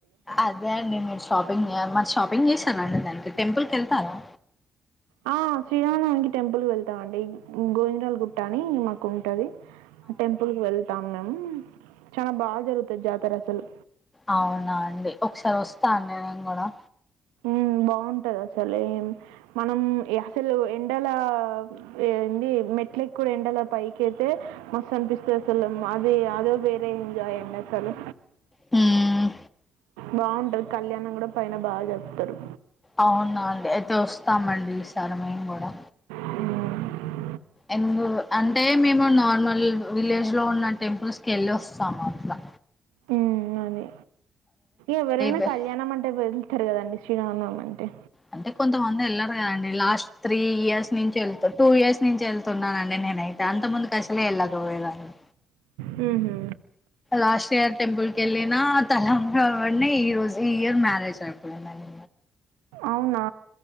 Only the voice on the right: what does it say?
ఆ శ్రీరామనవమికి టెంపుల్ వెళ్తాం అండి గోవిందరల్ గుట్ట అని మాకు ఉంటది టెంపుల్ కి వెళ్తాం మేమ్ చానా బా జరుగుతది జాతర అసలు
హూ బాంటది అసలేమ్ మనం అసలు ఎండల ఏంది మెట్లెక్కి కూడా ఎండలో పైకి అయితే మస్తు అనిపిస్తది అసలు మాది అదో వేరే ఎంజాయ్ అండి అసలు
బాంటది కళ్యాణం కూడా పైన బా జరుప్తారు
హ్మ్
హూమ్ అది ఎవరైనా
కళ్యాణం అంటే వెళ్తారు కదండి శ్రీరామ్ నవమంటే
హుహు.
అవునా